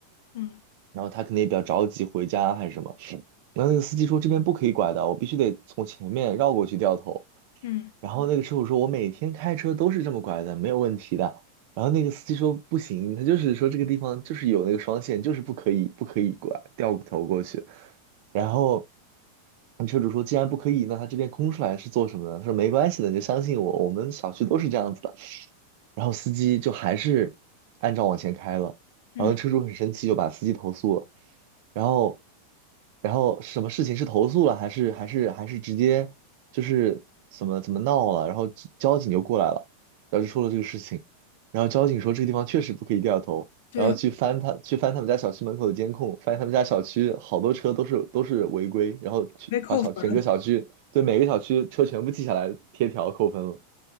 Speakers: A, on the left; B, on the right.
A: 嗯
B: 然后他可能也比较着急回家还是什么。然后那个司机说这边不可以拐的，我必须得从前面绕过去掉头。
A: 嗯
B: 然后那个车主说，我每天开车都是这么拐的，没有问题的。然后那个司机说不行，他就是说这个地方就是有那个双线，就是不可以不可以拐掉头过去。然后那车主说，既然不可以，那他这边空出来是做什么呢？他说没关系的，你就相信我，我们小区都是这样子的。然后司机就还是按照往前开了，
A: 嗯，
B: 然后车主很生气，就把司机投诉了，然后，然后什么事情是投诉了，还是还是还是直接就是怎么怎么闹了，然后交警就过来了，然后就说了这个事情，然后交警说这个地方确实不可以掉头，
A: 对啊，
B: 然后去翻他去翻他们家小区门口的监控，发现他们家小区好多车都是都是违规，然后去把小整个小区对每个小区车全部记下来贴条扣分了。
A: 被扣分了。